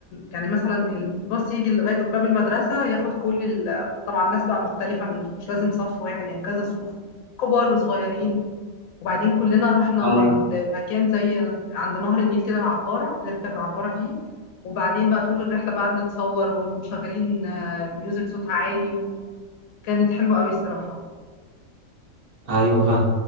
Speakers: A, on the left (about 80°); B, on the right (about 55°).
A: يعني مثلا الباص يجي لغاية باب المدرسة ياخد كل ال... طبعا ناس بقى مختلفة مش مش لازم صف واحد يعني كذا صفوف كبار وصغيرين وبعدين كلنا رحنا
B: ايوه
A: مكان زي عند نهر النيل كده عبارة بنركب العبارة فيه وبعدين بقى طول الرحلة بقى بنتصور ومشغلين آه، ميوزك صوتها عالي وكانت حلوة قوي الصراحة
B: ايوه فاهم